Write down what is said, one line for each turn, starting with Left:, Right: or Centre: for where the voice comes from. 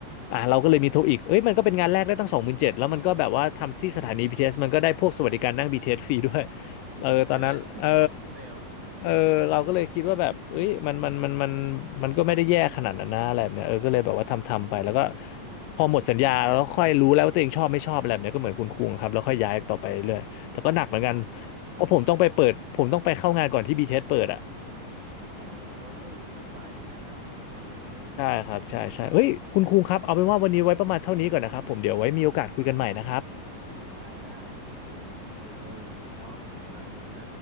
Left: อ่ะเราก็เลยมีโทอีกเอ้ยมันก็เป็นงานแรกได้ตั้งสองหมื่นเจ็ดแล้วมันก็แบบว่าทำที่สถานี
Right: ครับ
Left: BTS มันก็ได้พวกสวัสดิการนั่ง BTS ฟรีด้วยเออตอนนั้นเออ
Right: <laughs> ใช่ไหม <laughs> โอ้ไม่เร็ว
Left: เออเราก็เลยคิดว่าแบบเอ้ยมันมันมันมัน
Right: เออ
Left: มันก็ไม่ได้แย่ขนาดนั้นนะอะไรแบบเนี้ยเออก็เลยแบบว่าทำทำไปแล้วก็พอหมดสัญญาแล้วค่อยรู้แล้วว่าตัวเองชอบไม่ชอบอะไรแบบเนี้ยก็เหมือนคุณคุงครับแล้วค่อยย้ายต่อไปเรื่อยแต่ก็หนักเหมือนกัน
Right: ไมชอบไหมเนี่ย
Left: เพราะผมต้องไปเปิดผมต้องไปเข้างานก่อนที่บีทีเ t สเปิดอ่ะ
Right: โอ้ <laughs> อยังนี้ต้องอยู่อยู่ฝ่ายทาง maintenance เลยใช่ไหมเนี่ย
Left: ใช่ครับใช่ใช่เฮ้ยคุณคุงครับเอาเป็นว่าวันนี้ไว้ประมาณเท่านี้ก่อนนะครับผมเดี๋ยวไว้มีโอกาสคุยกันใหม่นะครับ
Right: ได้ได้ได้โอเคเลยวันนี้ก็ขอบคุณมากเลยนะ